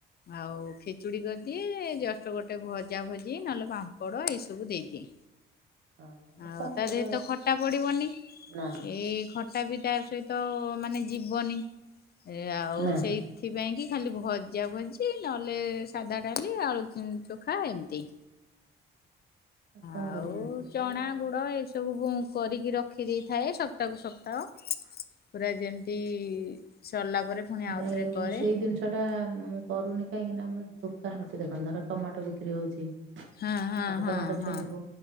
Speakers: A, on the left; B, on the right.
A: ଆଉ ଖେଚୁଡି କରିଦିଏ ଜଷ୍ଟ ଗୋଟେ ଭଜା ଭଜି ନହେଲେ ପାମ୍ପଡ ଏଇ ସବୁ ଦେଇଦିଏ।
B: ହଁ
A: ଆଉ
B: କଣ
A: ତା
B: କରିବ
A: ଦେହରେ ତ ଖଟା ପଡିବନି
B: ନା
A: ଏଇ ଖ ତଥାପି ତା ସହିତ ମାନେ ଯିବନି। ଏ ଆଉ
B: ନା
A: ସେଇଥିପାଇଁଙ୍କି ଖାଲି ଭଜା ଭଜି ନହେଲେ ସାଧା ଡାଲି ଆଳୁ ହୁଁ ଚୋଖା ଏମତି।
B: କଣ
A: ଆଉ
B: କରିବ ଏମିତି
A: ଚଣା
B: କରିବ ଆଉ।
A: ଗୁଡ ଏଇସ ସବୁବୁକରିକି ରଖିଦେଇଥାଏ। ସପ୍ତା କୁ ସପ୍ତାହ। ପୁରା ଯେମିତି ସରିଲା ପରେ ପୁଣି ଆଉଥରେ
B: ନାଇଁ ମୁଁ
A: କରେ
B: ସେଇଦିନସ ସେଟା ମୁଁ କରୁନି କାହିଁକିନା ଆମ ଦୋକାନ ଅଛି। ଦେଖନ୍ତୁ ଧର ଟମାଟୋ ବିକ୍ରି ହଉଛି।
A: ହଁ ହଁ
B: ଆପେ
A: ହଁ
B: ଟମାଟୋ
A: ହଁ
B: ଛୁଇଁବୁ